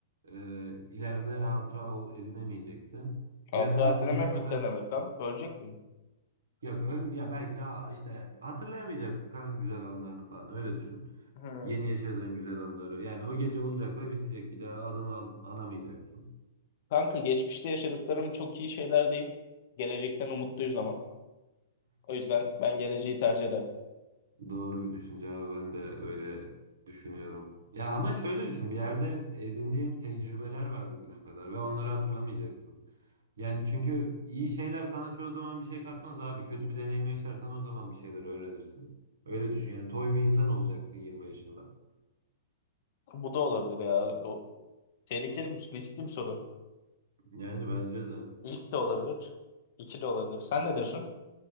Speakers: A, on the right; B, on the left.
A: e, ileride hatıra ol- edinemeyeceksin.
B: Hatıra
A: Ya da
B: dinlememek
A: bugüne kadar
B: denemek lan. Ölecek miyim?
A: ya, ön, ya belki daha işte hatırlayamayacaksın kanka güzel anlarını falan öyle düşün.
B: Hı.
A: Yeni yaşadığın güzel anıları. Yani o gece olacak ve bitecek. Bir daha anılan, anamayacaksın.
B: Kanka geçmişte yaşadıklarım çok iyi şeyler değil. Gelecekten umutluyuz ama. O yüzden ben geleceği tercih ederdim.
A: Doğru bir düşünce abi. Ben de öyle düşünüyorum. Ya ama şöyle düşün. Bir yerde edindiğim tecrübeler var bugüne kadar ve onları hatırlamayacaksın. Yani çünkü iyi şeyler sana çoğu zaman bir şey katmaz abi. Kötü bir deneyim yaşarsan o zaman bir şeyler öğrenirsin. Öyle düşün yani. Toy bir insan olacaksın 20 yaşında.
B: Bu da olabilir ya. O tehlikeli bir, riskli bir soru.
A: Yani bence de.
B: İlk de olabilir. iki de olabilir. Sen ne diyorsun?